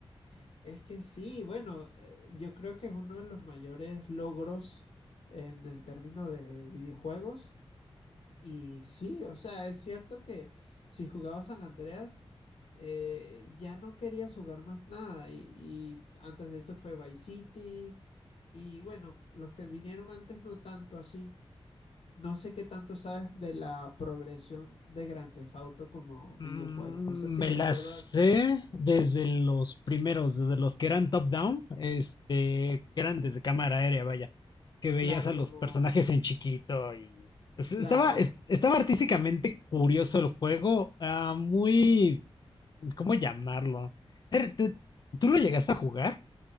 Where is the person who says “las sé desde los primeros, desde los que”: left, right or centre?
Left